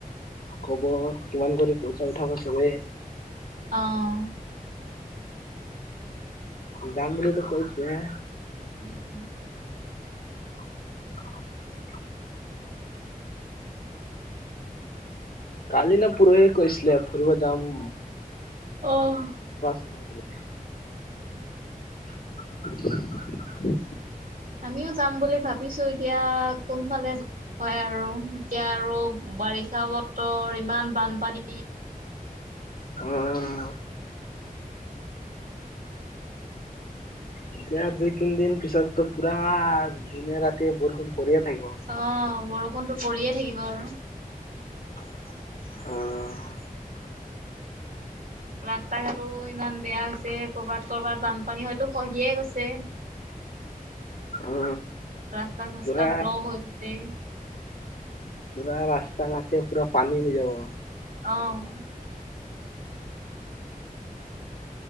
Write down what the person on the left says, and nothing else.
কব কিমান কৰি? পইচা উঠাব চবে
যাম বুলিতো কৈছো‌য়ে।
<inaudible> কালি না পৰহিয়ে কৈছিলে ফুৰিব যাম
<inaudible> <inaudible>
উম। এতিয়া দুই তিন দিন পিছততো পুৰা দিনে ৰাতিয়ে বৰষুণ পৰিয়ে থাকিব
অ'।
অ
পুৰা
পুৰা ৰাস্তা ঘাটে পুৰা পানী হৈ যাব।